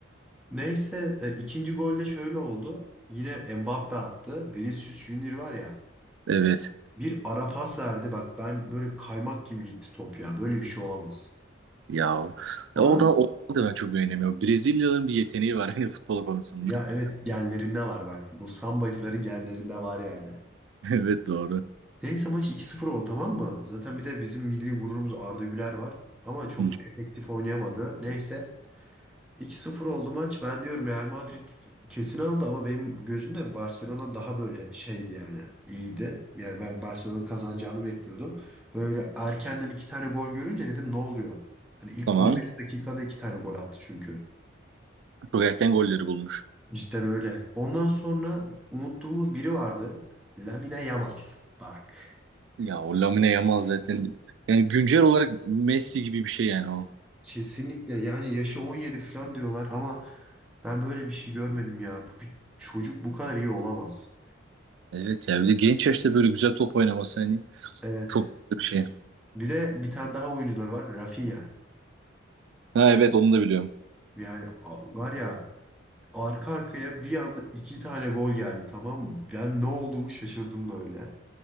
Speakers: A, in the centre; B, on the right.
A: Neyse e, ikinci golde şöyle oldu. Yine Mbappe attı. Vinicius Junior var ya
B: Evet.
A: bir ara pas verdi. Bak ben böyle kaymak gibi gitti top ya. Böyle bir şey olamaz.
B: Ya
A: Sonra
B: o da o da ben çok beğenemiyorum. Brezilyalıların bir yeteneği var hani futbol konusunda.
A: Ya
B: <laughs>
A: evet genlerinde var bak. Bu sambacıların genlerinde var yani.
B: Evet doğru.
A: Neyse maç iki sıfır oldu tamam mı? Zaten bir de bizim milli gururumuz Arda Güler var. Ama çok
B: Hı.
A: efektif oynayamadı. Neyse iki sıfır oldu maç. Ben diyorum Real Madrid kesin aldı ama benim gözümde Barcelona daha böyle şeydi yani. İyiydi. Yani ben Barcelona'nın kazanacağını bekliyordum. Böyle erkenden iki tane gol görünce dedim ne oluyor? Hani ilk
B: Tamam.
A: 15 dakikada iki tane gol attı çünkü.
B: Çok erken golleri bulmuş.
A: Cidden öyle. Ondan sonra unuttuğumuz biri vardı. Lamine Yamal. Bak.
B: Ya o Lamine Yamal zaten yani güncel olarak Messi gibi bir şey yani o.
A: Kesinlikle yani yaşı 17 falan diyorlar ama ben böyle bir şey görmedim ya. Bu- Bir çocuk bu kadar iyi olamaz.
B: Evet ya bir de genç yaşta böyle güzel top oynaması hani
A: Evet.
B: çok güzel bir şey.
A: Bir de bir tane daha oyuncuları var. Rafinha.
B: Ha evet onu da biliyorum.
A: Yani a- var ya arka arkaya bir anda iki tane gol geldi tamam mı? Ben ne olduğumu şaşırdım böyle.